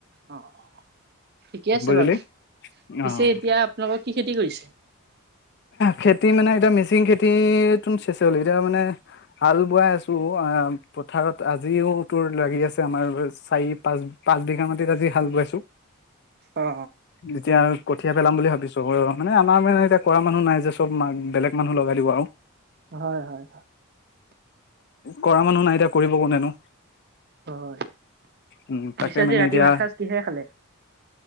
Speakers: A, on the right; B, on the left.
A: অ অ ঠিকে আছে
B: বুজিলি
A: বাৰু পিছে
B: অ
A: এতিয়া আপোনালোকক কি খেতি কৰিছে?
B: খেতি মানে এতিয়া মিচিং খেতি ত চেচ হল। এতিয়া মানে হাল বোৱাই আছো আহ পথাৰত আজিও তোৰ লাগি আছে আমাৰ চাৰি পাঁচ পাঁচ বিঘা মাটিত আজি হাল বোৱাইছো
A: অ
B: যেতিয়া কঠিয়া পেলাম বুলি ভাবিছো মানে আমাৰ মানে এতি য়া কৰা মানুহ নাই যে চব মাক বেলেগ মানুহ লগাই দিব আও।
A: অ হয় হয়
B: কৰা মানুহ নাই এতিয়া। কৰিব কোনেনো?
A: হয়
B: উম তাকে
A: পিছেজি
B: মানে
A: ৰাতি
B: এতিয়া
A: ভাত সাজ কিহে খালে?